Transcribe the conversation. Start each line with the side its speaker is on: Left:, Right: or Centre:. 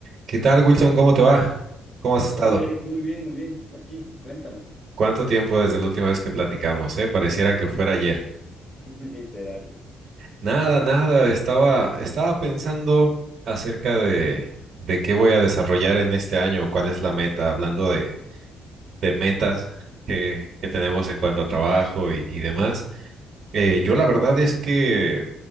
Right: ¿Qué tal, Wilson? ¿Cómo te va? ¿Cómo has estado?
Left: Hola Eric, muy bien, muy bien. Aquí, cuéntame.
Right: ¿Cuánto tiempo desde la última vez que platicamos, eh? Pareciera que fuera ayer.
Left: <laughs> Literal,
Right: Nada, nada, estaba, estaba pensando acerca de, de qué voy a desarrollar en este año, cuál es la meta, hablando de, de metas que, que tenemos en cuanto a trabajo y, y demás. Eh, yo la verdad es que